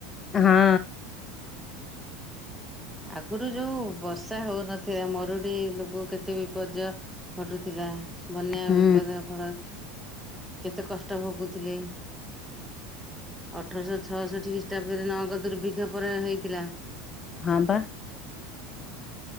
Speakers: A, on the left; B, in the centre.
A: ହଁ।
B: ଆଗରୁ ଯୋଉ ବର୍ଷା ହଉନଥିଲା ମରୁଡି ଲୋକ କେତେ ବିପର୍ଯ୍ୟ ଘଟୁଥିଲା ବନ୍ୟା
A: ହୁଁ
B: ବିପଦ ଫଳ କେତେ କଷ୍ଟ ଭୋଗୁଥିଲେ। ଅଠରଶହ ଛଅଷଠି ଖ୍ରୀଷ୍ଟାବ୍ଦରେ ନଗ ଦୁର୍ଭିକ୍ଷା ପରେ ହୋଇଥିଲା।
A: ହଁ ପା।